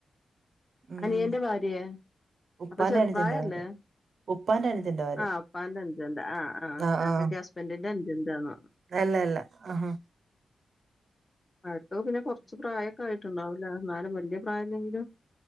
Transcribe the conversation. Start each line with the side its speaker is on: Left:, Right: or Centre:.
Right: ഉം
Left: അനിയന്റെ ഭാര്യ
Right: ഉപ്പാന്റെ
Left: അപ്പൊ ചെറുപ്രായല്ലേ
Right: അനുജന്റെ ഭാര്യ ഉപ്പാന്റെ അനുജന്റെ ഭാര്യ
Left: ആഹ് പ്പാന്റെ അഞ്ചന്റെ ആ് ആ്
Right: ആഹ്
Left: ഞകെര്ത്തി
Right: ആഹ്
Left: ന്റെ ഹസ്ബന്റിന്റെ അഞ്ചനാന്ന
Right: അല്ല അല്ല ആഹ്
Left: ആർക്ക പിന്നെ കൊറച് പ്രായൊക്കെ ആയിട്ടുണ്ടാവുല്ലേ എന്നാലും വല്യ പ്രായംല്ലെങ്കിലും